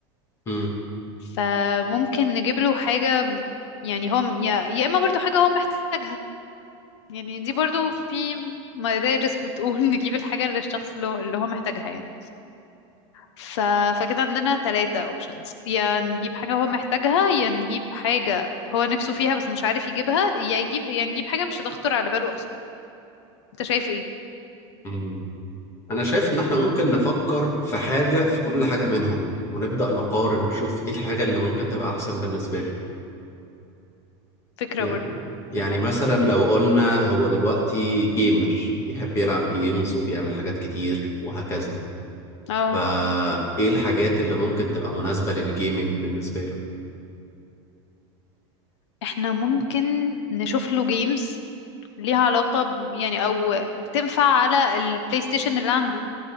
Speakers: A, on the left; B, on the left.
A: مم.
B: فممكن نجيب له حاجة يعني هو م- يا يا إما برضو حاجة هو محتاجها يعني دي برضو في مدارس بتقول <laughs> نجيب الحاجة اللي الشخص اللي هو اللي هو محتاجها يعني ف... فكده عندنا تلاتة اوبشنز يا نجيب حاجة هو محتاجها يا نجيب حاجة هو نفسه فيها بس مش عارف يجيبها يا يجيب يا نجيب حاجة مش هتخطر على باله أصلا انت شايف ايه
A: مم. انا شايف ان احنا ممكن نفكر في حاجه في كل حاجه منهم ونبدا نقارن نشوف ايه الحاجه اللي ممكن تبقى احسن بالنسبه له
B: فكرة
A: يعني
B: برضو
A: يعني
B: فكرة
A: مثلا لو قلنا هو دلوقتي جيمر بيحب يلعب جيمز وبيعمل حاجات كتير وهكذا
B: اه
A: فايه الحاجات اللي ممكن تبقى مناسبة للجيمنج بالنسبة له
B: احنا ممكن نشوف له جيمز ليها علاقة ب... يعني او بتنفع على البلاي ستيشن اللي عنده